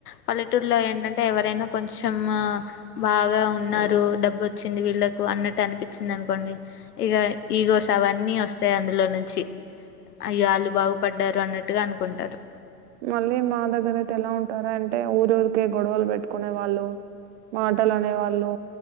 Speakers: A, on the left; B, on the right.
A: పల్లెటూరులో ఏంటంటే ఎవరైనా కొంచెం బాగా ఉన్నారు డబ్ వచ్చింది వీళ్ళలకు అన్నట్టు అనిపించింది అనుకోండి ఇగ ఈగోస్ అవన్నీ వస్తాయి అందులో నుంచి అయ్యో వాళ్ళు బాగుపడ్డారు అన్నట్టుగా అనుకుంటారు
B: మళ్ళీ మా దగ్గర అయితే ఎలా ఉంటారంటే ఊరురికే గొడవలు పెట్టుకునే వాళ్ళు మాటలనేవాళ్ళు